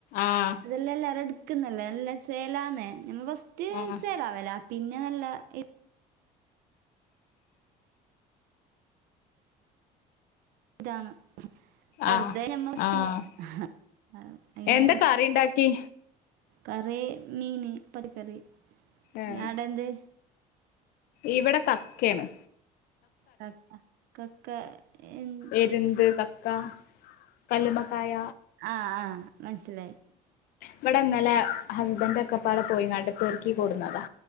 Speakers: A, on the left (about 70°); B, on the right (about 70°).
A: ആഹ്
B: ഇതല്ലലേറെ ഇ ക്ക് നല്ല ചേലാന്ന് ഞമ്മ ഫസ്റ്റ്
A: ആഹ്
B: ചേലാവേല പിന്നെ നല്ല ഇ ഇതാന്ന് വെറുതെ
A: ആഹ്
B: അമ്മറസ്ററ്
A: ആഹ്
B: ന് ഹ് അ അയിനെ
A: എന്താ കറി ഉണ്ടാക്കി
B: കറി മീന് പടിക്കറി
A: ഏഹ്
B: ആടെന്ത്
A: ഇവിടെ കക്കയാണ്
B: കക്ക കക്ക എൻ
A: പെരുന്ത് കക്ക കല്ല്മക്കായ
B: ആഹ് ആഹ് മനസ്സിലായി
A: ഇവിടെ ഇന്നലെ ഹസ്ബൻഡ് ഒക്കെപ്പടെ പോയിങ്ങാട്ട് പേർക്കിക്കൂടുന്നതാ